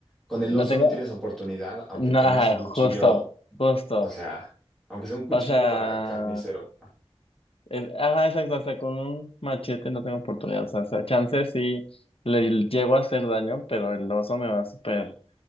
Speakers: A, in the centre; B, on the left.
A: con el
B: no
A: oso
B: tengo.
A: no tienes oportunidad, aunque
B: No,
A: tengas
B: ajá,
A: un
B: justo,
A: cuchillo,
B: justo.
A: o sea, aunque sea un cuchillo
B: O sea.
A: para carnicero.
B: eh, ajá, exacto, o sea, con un machete no tengo oportunidad, o sea, o sea, chance sí le llego a hacer daño, pero el oso me va a super,